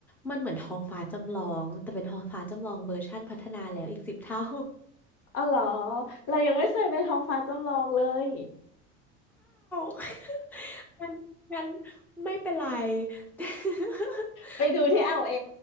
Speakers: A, in the centre; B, on the left (about 50°).
A: มันเหมือนท้องฟ้าจำลองแต่เป็นท้องฟ้าจำลองเวอร์ชั่นพัฒนาแล้วอีกสิบเท่า
B: อ๋อเหรอเรายังไม่เคยไปท้องฟ้าจำลองเลย
A: <laughs> งั้นงั้นไม่เป็นไร <laughs>
B: ไปดูที่เอลเอ
A: แค่